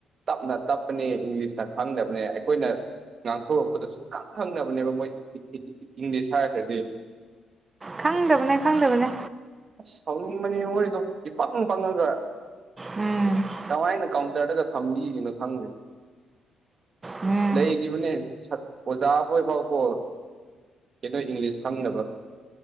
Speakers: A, on the right; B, on the right.
A: ꯇꯞꯅ ꯇꯞꯄꯅꯦ ꯏꯪꯂꯤꯁꯅ ꯈꯪꯗꯕꯅꯦ ꯑꯩꯈꯣꯏꯅ ꯉꯥꯡꯊꯣꯔꯛꯄꯗ ꯁꯨꯡꯈꯪ ꯈꯪꯅꯕꯅꯦꯕ ꯃꯣꯏ ꯏꯪꯂꯤꯁ ꯍꯥꯏꯔꯈ꯭ꯔꯗꯤ
B: ꯈꯪꯗꯕꯅꯦ ꯈꯪꯗꯕꯅꯦ
A: ꯑꯁ ꯁꯥꯎꯅꯤꯡꯕꯅꯦ ꯃꯣꯏꯗꯣ ꯏꯄꯪ ꯄꯪꯉꯒ
B: ꯎꯝ
A: ꯀꯃꯥꯏꯅ ꯀꯥꯎꯟꯇꯔꯗꯒ ꯊꯝꯕꯤꯒꯅꯣ ꯈꯪꯗꯦ
B: ꯎꯝ
A: ꯂꯩꯔꯤꯕꯅꯦ ꯑꯣꯖꯥꯕꯣꯏꯐꯥꯎꯀꯣ ꯀꯩꯅꯣ ꯏꯪꯂꯤꯁ ꯈꯪꯅꯕ